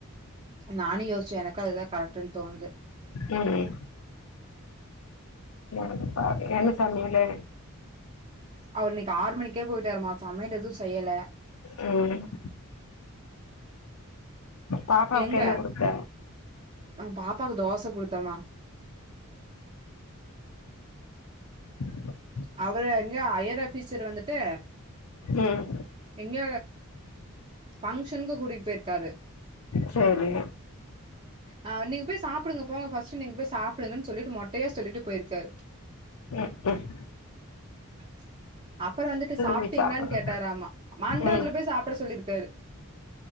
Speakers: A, on the right; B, on the left.
A: நானு யோசிச்சே எனக்கு அதுதா கரெக்ட்ன் தோணுது
B: ம் <unintelligible> என்ன சமைலு
A: அவர் இன்னிக்கு ஆறு மணிக்கே போயிட்டருமா சமைல் எது செய்யல
B: ம் பாப்பாக்கு
A: எங்க
B: என்ன குடுத்த
A: நம் பாப்பாக்கு தோச குடுத்தம்மா
B: <unintelligible>
A: அவரு எங்க ஹையரு ஆஃபீஸர் வந்துட் டு
B: ம்
A: எங்க ஃபங்ஷ் டின்க கூட்டிட் பேயிர்காரு
B: செரி
A: ஆ நீங்க போய் சாப்புடுங்க போங்க ஃபஸ்ட் நீங்க போய் சாப்டுங்கன்னு சொல்லிட்டு மொட்டைய சொல்லிட்டு போய்ருக்காரு
B: க்கும்
A: <unintelligible> அப்பற வந்துட்டு சாப்டிங்ளான்னு
B: போய் சாப்புடு
A: கேட்டாராமா மண்டவத்துல
B: ம்
A: போய் சாப்ட சொல்லிர்க் டரு